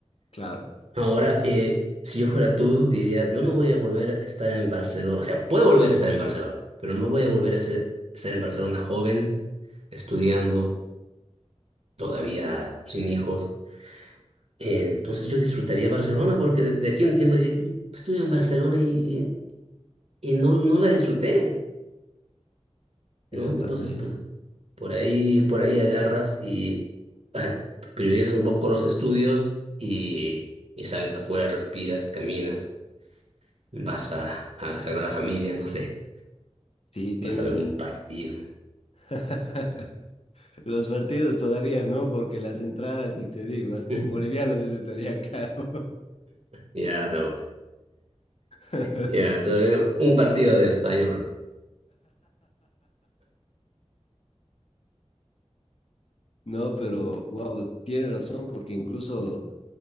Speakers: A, on the left; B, on the right.
A: Claro,
B: Ahora, eh, si yo fuera tú, diría, yo no voy a volver a estar en Barcelona, o sea, puedo volver a estar en Barcelona, pero no voy a volver a ser, estar en Barcelona joven, estudiando todavía sin hijos. Eh, entonces yo disfrutaría Barcelona porque de, de aquí a un tiempo dirías, y, pues, estuve en Barcelona y, y, y no, no la disfruté, ¿no?
A: eso
B: Entonces,
A: también.
B: pues por ahí, por ahí agarras y ah, priorizas un poco los estudios y, y sales afuera, respiras, caminas, vas a, a la Sagrada Familia, no sé,
A: Sí, tienes
B: vas a ver un partido.
A: <laughs> los partidos todavía, ¿no? Porque las entradas, ni te digo, hasta
B: <laughs>
A: en bolivianos eso estaría caro.
B: Ya, no,
A: <laughs>
B: ya, todavía un partido del español.
A: No, pero wow, tiene razón, porque incluso